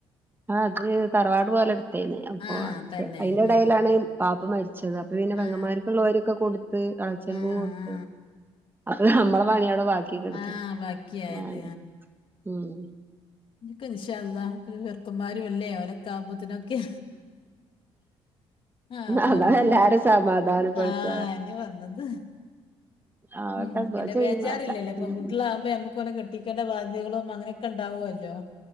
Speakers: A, on the right; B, on the left.
A: ആഹ് അത് തറവാട് പോലെഇട്ത്തേനി അപ്പൊ
B: ആ തന്നെ
A: അതിന്റെ ഇടയിലാണ്
B: ആ
A: ബാപ്പ മരിച്ചത് അപ്പൊ പിന്നെ
B: ആ
A: പെങ്ങന്മാർക്കുള്ള ഓഹരിയൊക്കെ കൊടുത്ത് എളച്ചൻക്കും
B: ആ
A: കൊട്ത്ത്
B: ആ
A: അത് നമ്മടെ പണി ബാക്കിക്കെട്ത്ത്
B: ആ ബാക്കിയായത്
A: <unintelligible> ഉം
B: ക്ക് ഇൻഷാഅല്ലാഹ് ചെർക്കന്മാരുല്ലേ ഓലൊക്കെ ആകുമ്പോ ത്‌നൊക്കെ ആകോല്ലോ.
A: അതാ എല്ലാരും സമാധാനപ്പെടുത്ത
B: ആഹ് അയന്നെ വന്നത്
A: ആവട്ടെ
B: ഉം പിന്നെ
A: ദുആ ചെയ്യും
B: ബേജാറില്ലല്ലോ
A: കാക്ക
B: പെൺകുട്ടിയളാകുമ്പ
A: ഉം
B: നമുക്ക് ഓലെ കെട്ടിക്കേണ്ട ബാധ്യതകളൊന്നും അങ്ങനെ ക്കെണ്ടാവൊല്ലോ